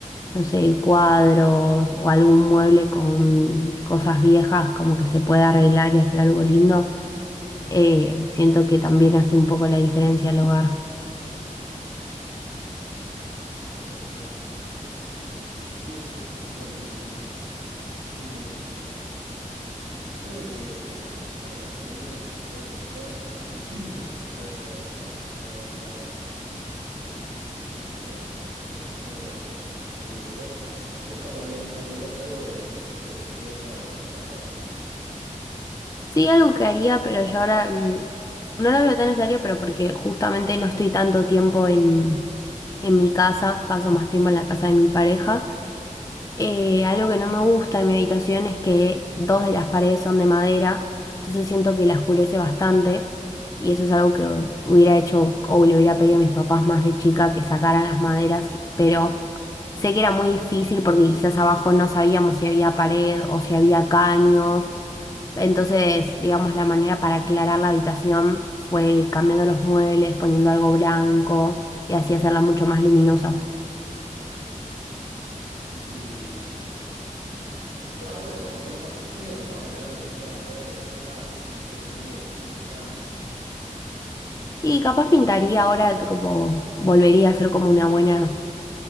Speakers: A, on the left; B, on the right.
A: No sé, cuadros o algún mueble con cosas viejas, como que se pueda arreglar y hacer algo lindo. Eh, siento que también hace un poco la diferencia al hogar.
B: Eh, sí, sí, sí, sí, no, opino lo mismo. Eh, Tengo que, nada, eso, me tendría que, tengo que sentarme <clears throat> y empezar a hacer eh, cuentas y, y ver qué se me ocurre. Eh, ¿vos, vos cambiaría- cambiarías algo de, no sé, tu pieza o tu casa?
A: Sí, algo que haría, pero yo ahora mm, no lo veo tan necesario, pero porque justamente no estoy tanto tiempo en, en mi casa, paso más tiempo en la casa de mi pareja. Eh, algo que no me gusta de mi habitación es que dos de las paredes son de madera, entonces siento que la oscurece bastante y eso es algo que hubiera hecho o le hubiera pedido a mis papás más de chica que sacaran las maderas, pero sé que era muy difícil porque quizás abajo no sabíamos si había pared o si había caños. Entonces, digamos, la manera para aclarar la habitación fue cambiando los muebles, poniendo algo blanco y así hacerla mucho más luminosa.
B: Y, no, bueno, aunque no pases tiempo, a ver, algo que puedas ver en tu casa, no solo tu pieza, que cambies.
A: Y capaz pintaría ahora, t- como volvería a hacer como una buena